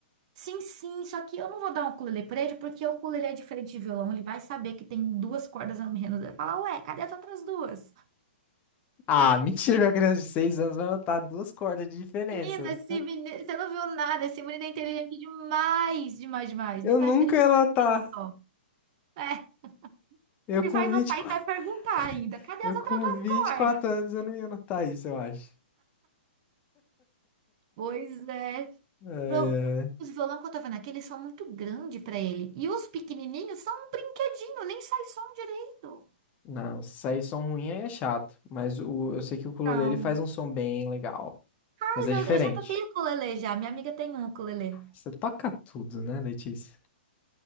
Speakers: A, on the right; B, on the left.
A: Sim, sim, só que eu não vou dar um ukulele pra ele, porque o ukulele é diferente de violão. Ele vai saber que tem duas cordas a menos. Ele vai falar, ué, cadê as outras duas?
B: Ah, mentira que a criança de 6 anos vai notar duas cordas de diferença.
A: Menina, esse menino, você não viu nada. Esse menino é inteligente demais, demais, demais.
B: Eu
A: Nem parece
B: nunca
A: que ele tem
B: ia notar.
A: dó. É.
B: Eu
A: Ele
B: com
A: vai
B: 24,
A: notar e vai perguntar
B: <laughs>
A: ainda: cadê
B: eu
A: as
B: com
A: outras duas
B: vinte
A: cordas?
B: e quatro anos eu não ia notar isso, eu acho.
A: Pois é.
B: Ai,
A: Pro-
B: ai.
A: Os violão que eu tô vendo aqui, eles são muito grandes pra ele. E os pequenininhos são um brinquedinho, nem sai som direito.
B: Não, sair som ruim aí é chato, mas o, eu sei que o ukulele
A: Então,
B: ele faz um som bem legal,
A: mas
B: mas é
A: eu,
B: diferente.
A: eu já toquei ukulele já. Minha amiga tem um ukulele.
B: Você toca tudo, né, Letícia?